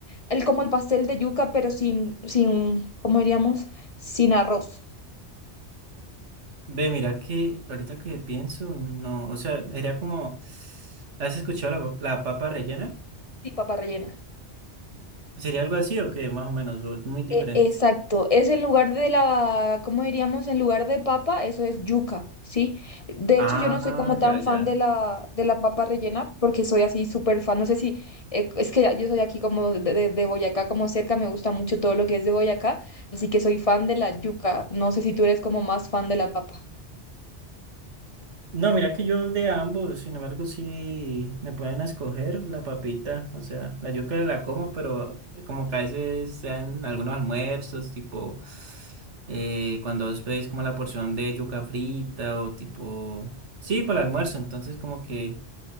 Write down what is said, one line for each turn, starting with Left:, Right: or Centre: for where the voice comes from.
Left: el, como el pastel de yuca, pero sin, sin, ¿cómo diríamos? Sin arroz
Right: Ve, mira que ahorita que pienso, no, o sea, era como, ¿has escuchado la la papa rellena?
Left: y papa rellena.
Right: ¿Sería algo así o qué? Más o menos, o es muy diferente.
Left: E- Exacto, es en lugar de la, ¿cómo diríamos? En lugar de papa, eso es yuca, ¿sí? De
Right: Ah,
Left: hecho, yo no soy como tan
Right: ya, ya.
Left: fan de la, de la papa rellena, porque soy así súper fan, no sé si, eh, es que yo soy aquí como de, de- de Boyacá, como cerca, me gusta mucho todo lo que es de Boyacá, así que soy fan de la yuca, no sé si tú eres como más fan de la papa.
Right: No, mira que yo de ambos, sin embargo, sí me pueden escoger la papita, o sea, la yuca la como, pero como que a veces sean algunos almuerzos, tipo, eh, cuando os pedís como la porción de yuca frita o tipo, sí, para el almuerzo, entonces como que